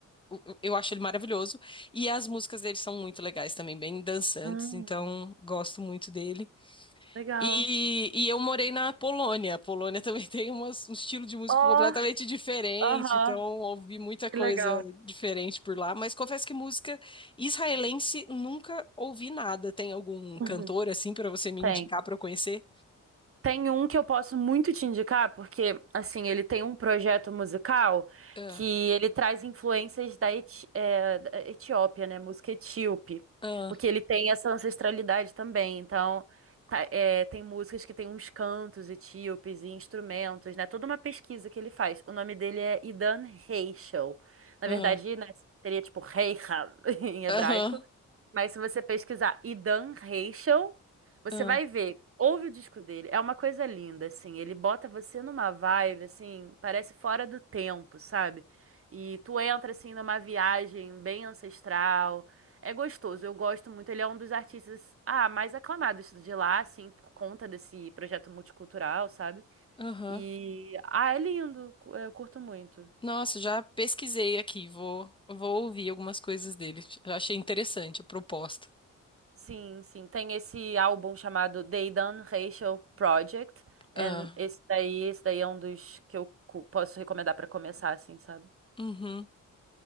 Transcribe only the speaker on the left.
eu eu acho ele maravilhoso, e as músicas dele são muito legais também, bem dançantes,
então gosto muito dele.
E, e eu morei na Polônia. A Polônia também <laughs> tem umas- um estilo de música
completamente diferente,
então ouvi muita coisa
diferente por lá. Mas confesso que música israelense nunca ouvi nada. Tem algum
cantor assim para você me
indicar para eu conhecer?
Ah,
ah,
ah,
aham,
aham.
Aham.
Nossa, já pesquisei aqui. Vou, vou ouvir algumas coisas dele. Já achei interessante a proposta.
Ah,
uhum.